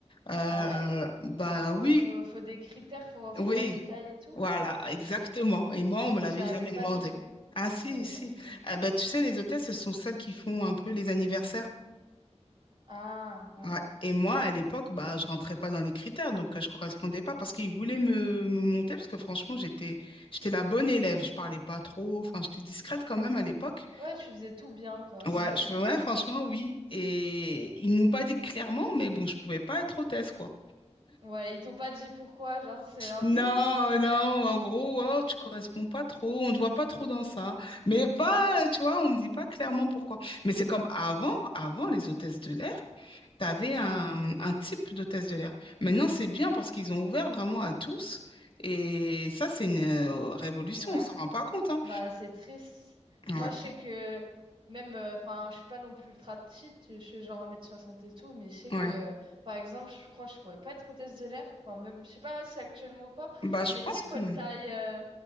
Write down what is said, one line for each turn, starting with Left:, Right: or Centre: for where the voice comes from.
Left: Euh,
Right: Ah ouais?
Left: bah oui,
Right: Ouais, faut, faut des critères, faut rentrer
Left: oui.
Right: dans le détail et tout.
Left: Voilà, exactement.
Right: Ah, je,
Left: Et moi, on me
Right: je
Left: l'avait
Right: savais
Left: jamais
Right: pas
Left: demandé.
Right: du tout.
Left: Ah si,
Right: Je savais
Left: si.
Right: pas du tout.
Left: Ah, bah, tu sais, les hôtesses, ce sont celles qui font un peu les anniversaires.
Right: Ah, ouais.
Left: Ouais. Et moi, à l'époque, bah, je rentrais pas dans les critères, donc euh, je correspondais pas parce qu'ils voulaient me, me monter, parce que franchement, j'étais, j'étais la bonne élève. Je parlais pas trop, enfin, j'étais discrète quand même à l'époque.
Right: Ouais, tu faisais tout bien, quoi.
Left: Ouais,
Right: <laughs>
Left: je fais, ouais, franchement, oui. Et ils m'ont pas dit clairement, mais bon, je pouvais pas être hôtesse, quoi.
Right: Ouais, ils t'ont pas dit pourquoi, genre, c'est un
Left: Non,
Right: peu...
Left: non, en gros, wow, tu corresponds pas trop, on te voit pas trop dans ça. Mais pas, euh, tu vois, on me dit pas clairement pourquoi. Mais c'est comme avant, avant les hôtesses de l'air, t'avais un,
Right: Mm,
Left: un type d'hôtesse de l'air. Maintenant, c'est bien parce qu'ils ont ouvert vraiment à tous. Et ça, c'est une euh, révolution,
Right: ouais.
Left: on s'en rend pas compte, hein.
Right: Bah, c'est triste.
Left: Ouais,
Right: Moi, je sais que... Même, euh, enfin, je suis pas non plus ultra petite, je suis genre un mètre soixante et tout, mais je sais
Left: ouais.
Right: que, par exemple, je crois que je pourrais pas être hôtesse de l'air, enfin, même, je sais pas si actuellement ou quoi,
Left: Bah, je
Right: mais
Left: pense
Right: tu sais,
Left: que.
Right: faut une taille, euh,